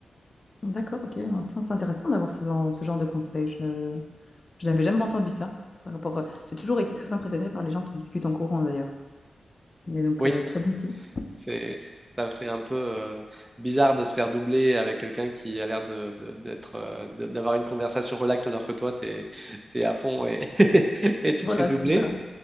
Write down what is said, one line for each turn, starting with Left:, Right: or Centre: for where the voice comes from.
Left: D'accord, ok. Tiens, C'est intéressant d'avoir ce genre, ce genre de conseils. Je, je n'avais jamais entendu ça. Par rapport, à- j'ai toujours été très impressionnée par les gens qui discutent en courant d'ailleurs. Mais donc,
Right: Oui,
Left: euh, très bon petit.
Right: c'est, ça fait un peu euh, bizarre de se faire doubler avec quelqu'un qui a l'air de, de- d'être, euh, de- d'avoir une conversation relaxe alors que toi, t'es, t'es à fond et, <laughs> et tu
Left: Voilà,
Right: te fais doubler.
Left: c'est ça.